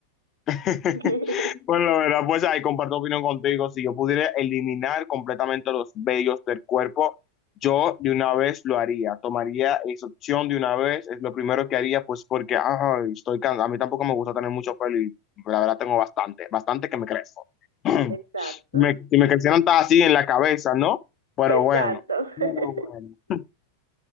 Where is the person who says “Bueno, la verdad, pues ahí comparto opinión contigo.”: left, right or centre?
Left